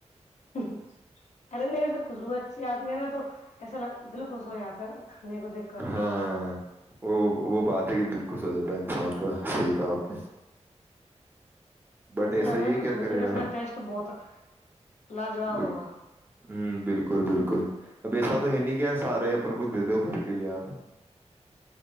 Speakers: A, on the left; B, on the right.
A: ارے نہیں وسے خوشبو اچھی آتی ہے نا تو ایسا دل خوش ہو جاتا ہے کھانے کو دیکھ کر
B: ہاں وہ وہ بات ہے کہ دل خوش ہو جاتا ہے انسان کا صحیح کہا آپ نے بٹ
A: ایسے
B: ایسا
A: لگتا ہے کصوص
B: کیا کرے
A: ہی
B: یار
A: کہ کا ٹیسٹ بہت لاجواب
B: بالکل
A: ہوگا
B: ہ بالکل بالکل اب ایسا
A: ہوں
B: تو ہے نہیں کیا سب <unintelligible> رہے اپن کچھ دے د ا بھر کے لیےیا اپن